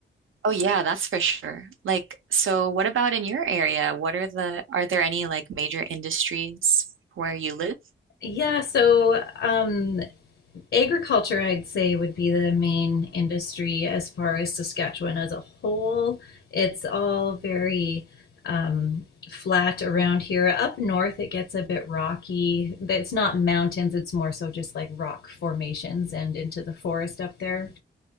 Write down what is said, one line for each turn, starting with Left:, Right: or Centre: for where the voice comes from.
Right: Oh yeah, that's for sure. Like, so what about in your area? What are the, are there any like major industries where you live?
Left: Yeah, so um, agriculture, I'd say, would be the main industry as far as Saskatchewan as a whole. It's all very um, flat around here. Up north, it gets a bit rocky. But It's not mountains, it's more so just like rock formations and into the forest up there.